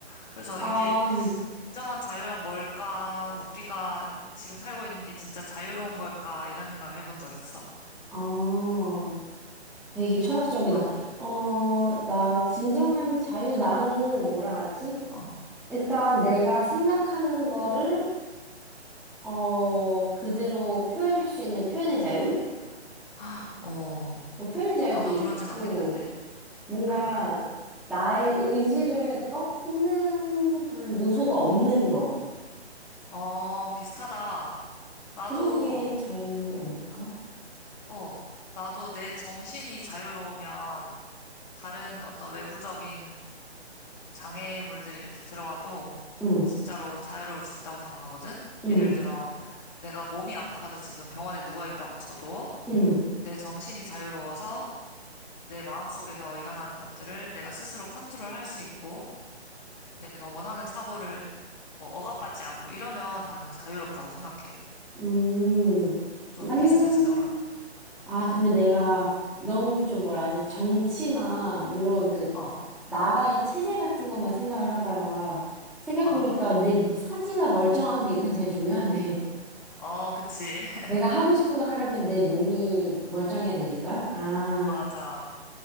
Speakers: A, on the left; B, in the centre.
A: 그래서
B: 아,
A: 이게 진정한 자유란 뭘까? 우리가 지금 살고 있는 게 진짜 자유로운 걸까? 이런 생각을 해본 적 있어.
B: 어, 되게 철학적이다.
A: 너는?
B: 어, 나 진정한 자유 나는 뭐라 하지?
A: 어,
B: 일단 내가 생각하는 거를, 어, 그대로 표현할 수 있는 표현의 자유?
A: <gasps> 어,
B: 뭐 표현의 자유도
A: 나도
B: 있고,
A: 그런 생각했는데.
B: 뭔가
A: 음.
B: 나의 의지를 꺾는 그런 요소가 없는 거.
A: 어, 비슷하다. 나도,
B: 그런 게 자유 아닐까?
A: 어, 나도 내 정신이 자유로우면 다른 어떤 외부적인 장애물들이 이렇게 들어와도
B: 응,
A: 진짜로 자유로울 수 있다고 생각하거든?
B: 응,
A: 예를 들어, 내가 몸이 아파서 지금 병원에 누워 있다고 쳐도
B: 응,
A: 내 정신이 자유로워서 내 마음속에서 일어나는 것들을 내가 스스로 컨트롤할 수 있고 내가 원하는 사고를 뭐 억압받지 않고 이러면 나는 자유롭다고 생각해.
B: 음.
A: 좀
B: 맞는,
A: 비슷하지, 너랑.
B: 아, 근데 내가 너무 좀 뭐라
A: 어,
B: 하지? 정치나, 요런 그,
A: 어,
B: 나라의 체제 같은 것만 생각을 하다가, 생각해보니까
A: 어,
B: 내 사지가 멀쩡한 게 일단 제일 중요하네.
A: 어, 그치.
B: <laughs>
A: <laughs>
B: 내가 하고 싶은 거 하려면 내 몸이 멀쩡해야 되니까. 아,
A: 맞아.